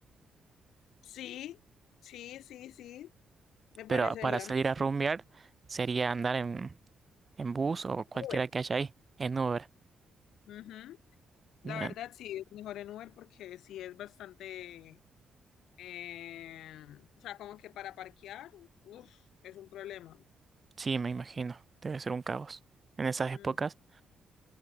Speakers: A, on the left; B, on the right.
A: Sí, sí, sí, sí, me
B: pero
A: parecería
B: para salir
A: mejor.
B: a rumbear sería andar en, en bus o
A: que
B: cualquiera
A: el Uber.
B: que haya ahí, en Uber.
A: Ujú. La
B: Bien,
A: verdad sí, es mejor en Uber porque sí es bastante, eh, o sea, como que para parquear, uf, es un problema.
B: sí, me imagino, debe ser un caos en esas épocas.
A: Mm.